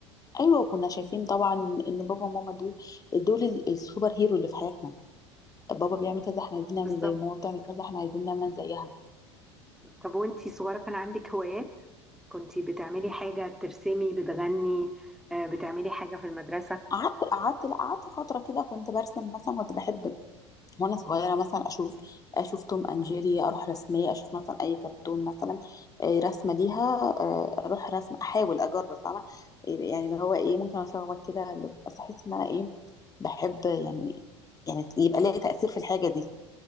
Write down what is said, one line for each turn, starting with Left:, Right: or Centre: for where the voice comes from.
Left: ايوه وكنا شايفين طبعا ان بابا وماما دول دول ال- السوبر هيرو اللي في حياتنا بابا بيعمل كذا احنا عايزين نعمل
Centre: بالظبط
Left: زيه ماما بتعمل كذا احنا عايزين نعمل زيها
Centre: طب وانتي صغيره كان عندك هوايات كنتي بتعملي حاجه بترسمي بتغني آه، بتعملي حاجه في المدرسه
Left: قعدت قعدت لا قعدت فتره كده كنت برسم مثلا كنت بحب وانا صغيره مثلا اشوف اشوف توم اند جيري اروح رسميه اشوف مثلا اي كرتون مثلا آه، رسمه ليها آه، اروح رسم احاول اجرب فاهمه يعني اللي هو ايه ممكن اشخبط كده اللي- بس احس ان انا ايه بحب يعني يعني يبقى ليا تاثير في الحاجه دي